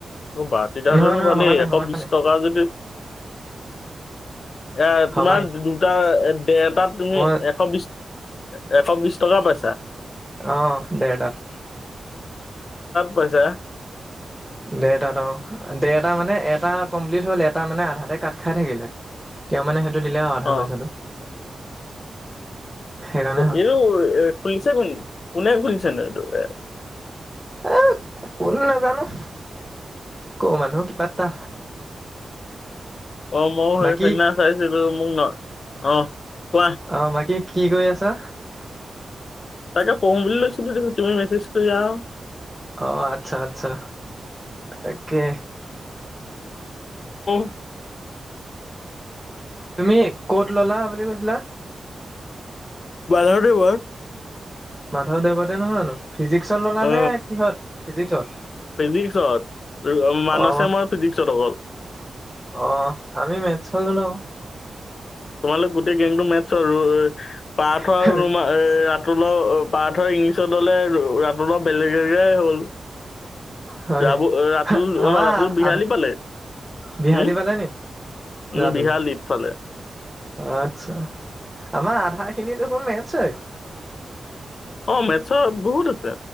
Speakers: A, on the left; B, in the centre.
A: অ বাতিত হ'লেনো
B: নহয় নহয়
A: ভালেই
B: সমানে
A: এশ
B: সমানে
A: বিশ টকা যদি এ
B: সমানে
A: তোমাৰ দুটা এ তাত তুমি
B: মই
A: এশ বিশ এশ বিশ টকা পইছা
B: অ দেৰতাত
A: পইছা
B: দেৰটাত দেৰটা মানে এটা কমপ্লিট হল এটা মানে আধাতে কাট খাই থাকিলে তেওঁ মানে সেইটো দিলে আৰু আধা
A: অ
B: পইচাটো সেইকাৰণে হ'ল।
A: এইটো এ খুলিছে ক নকি কোনে খুলিছে ন এইটো এ
B: এ কোন নাজানো ক মানুহ কিবা এটা
A: অ মইো সেই
B: বাকী
A: সেইনা চাইছিলো মোক ন অ কোৱা
B: অ বাকী কি কৰি আছা
A: তাকে পঢ়ো বুলি লৈছিলো তুমি মেছেজ কৰি যা
B: অ আচ্ছা আচ্ছা তাকে
A: <unintelligible> <unintelligible>
B: তুমি কত ল'লা বুলি কৈছিলা?
A: বাধা দেৱৰ
B: মাধৱদেৱতে নহয় জানো? ফিজিক্সত ল'লা
A: অ
B: নে কিহত, ফিজিক্সত?
A: ফিজিক্সত, মানসে
B: অ
A: মই ফিজিক্সত অকল।
B: অ', আমি মেথছখন লৈ লওঁ।
A: তোমালোক গোটেই গেংটো মেথছৰ অ', পাৰ্থ
B: আকৌ।
A: আৰু ৰুমা এ ৰাতুলৰ পাৰ্থই‌ ইংলিছ পিছত ল'লে <unintelligible> বেলেগ <unintelligible>
B: হয়
A: ৰাবুল
B: নি?
A: অ', ৰাতুল
B: আমাৰ
A: অ', ৰাতুল বিহালী
B: আধা
A: পালে।
B: বিহালী
A: হম?
B: পালে নি
A: উম,
B: ল'ৰাটো
A: বিহালীফালে
B: আচ্ছা, আমাৰ আধা খিনি দেখোন মেথছই।
A: অ', মেথছৰ বহুত আছে।